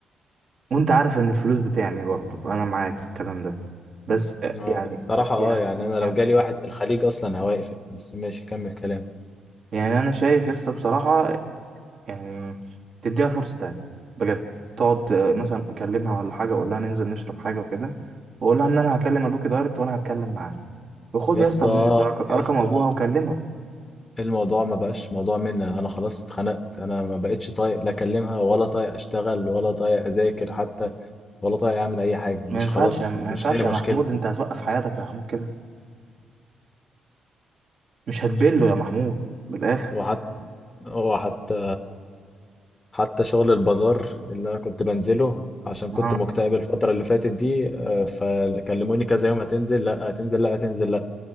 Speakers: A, on the right; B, on the left.
A: وأنت عارف إن الفلوس بتعني برضو أنا معاك في الكلام ده بس آه،
B: اه
A: يعني
B: بصراحه اه
A: يعني
B: يعني انا لو
A: يعني
B: جالي واحد من الخليج اصلا هواقف بس ماشي كمل كلام
A: يعني أنا شايف يا اسطى بصراحة يعني تديها فرصة تانية بجد تقعد آه، مثلا أكلمها ولا حاجة وأقول لها ننزل نشرب حاجة وكده وأقول لها إن أنا هكلم أبوكي دايركت وأنا هتكلم معاه وخد
B: يا
A: يا
B: اسطى
A: اسطى من- رق-
B: يا
A: رقم
B: اسطى
A: أبوها وكلمه
B: الموضوع ما بقاش موضوع مني انا خلاص اتخنقت انا ما بقتش طايق لا اكلمها ولا طايق اشتغل ولا طايق اذاكر حتى ولا طايق اعمل اي حاجه مش
A: ما ينفعش
B: خلاص
A: يا- ما
B: مش
A: ينفعش
B: هي
A: يا
B: مشكلتي
A: محمود أنت هتوقف حياتك يا محمود كده مش هتبله يا محمود بالآخر
B: وحتى وحتى حتى شغل البازار اللي انا كنت بنزله عشان
A: ها
B: كنت مكتئب الفتره اللي فاتت دي آه، فكلموني كذا يوم هتنزل لا هتنزل لا هتنزل لا.